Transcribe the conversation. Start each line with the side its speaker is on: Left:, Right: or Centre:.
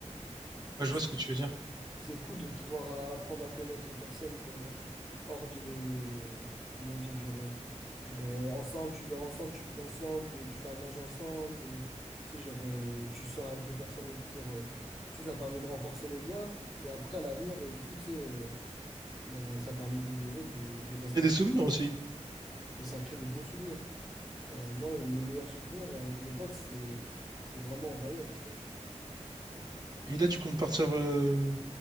Right: Ouais, je
Centre: c'est
Right: vois ce que tu veux dire.
Centre: cool de pouvoir euh, apprendre à connaître les personnes, euh, hors de, comment dire, genre, euh, ben, ensemble, tu dors ensemble, tu vis ensemble, tu fais à manger ensemble, euh, tu sais, genre, euh, tu sors avec les personnes et tout, genre, euh, tu sais, ça permet de renforcer les liens. Et après, à l'avenir, euh, du coup, tu sais, euh, ben, ça permet de, ouais, de, de rester
Right: Créer
Centre: en...
Right: des souvenirs aussi.
Centre: Et ça crée des beaux souvenirs. Euh, moi, euh, mes meilleurs souvenirs euh, avec mes potes, c'est, c'est vraiment en voyage, tu vois.
Right: Et là, tu comptes partir... Euh...